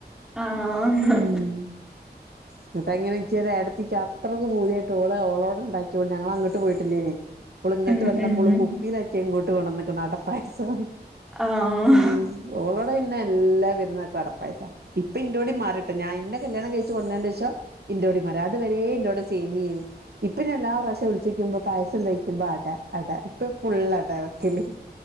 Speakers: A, in the centre; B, on the right.
A: ആഹ്
B: ഉം. ഇന്നട്ട് അങ്ങനെ ഇൻക്ക് ഒര് ഏട്ടത്തിക്ക് അത്രക്ക് പൂത്യായിട്ട് ഓള് ഓളോ ഉണ്ടാക്ക്യാേണ്ട്. ഞങ്ങളങ്ങട്ട് പോയിട്ടില്ലേനി. ഓള് ഇങ്ങട്ട്
A: ഉം
B: വന്നപ്പം
A: ഉം
B: ഓള് കുപ്പീലാക്കി അത് ഇങ്ങോട്ട് കൊണ്ടന്ന്ക്ക്ണ് അട പായസം.
A: ആഹ്
B: ഉം. ഓളോടെ പിന്നെ എല്ലാ പെരുന്നാക്കും അടപ്പായസ ഇപ്പ ഇന്റോടി മാറി ട്ടോ ഞാൻ ഇന്നെ കല്യാണം കഴിച്ച് കൊട്ന്നേന്റെഷം ഇന്റോടിം മാറി. അത് വരേ ഇന്റോടെ സേേമ്യനി. ഇപ്പന്നെ എല്ലാ പ്രാവശ്യം വിളിച്ചോയ്ക്കുമ്പൊ പായസം തയ്ക്കുമ്പോ അട. അട ഇപ്പ ഫുള്ള് അടാ വെക്കല്.